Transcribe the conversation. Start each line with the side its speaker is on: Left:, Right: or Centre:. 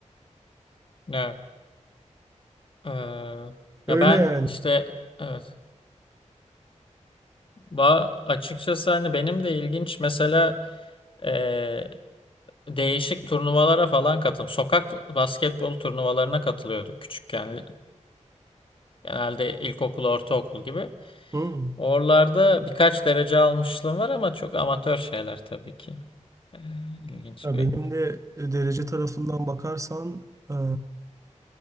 Left: Evet. Ee,
Right: Öyle
Left: ya ben
Right: yani.
Left: işte evet. Ba açıkçası hani benim de ilginç mesela e, değişik turnuvalara falan katıldım. Sokak basketbol turnuvalarına katılıyorduk küçükken. E, genelde ilkokul, ortaokul gibi.
Right: Hmm.
Left: Oralarda birkaç derece almışlığım var ama çok amatör şeyler tabii ki. Ee, ilginç
Right: Ya
Left: bir.
Right: benim de e, derece tarafından bakarsan eee,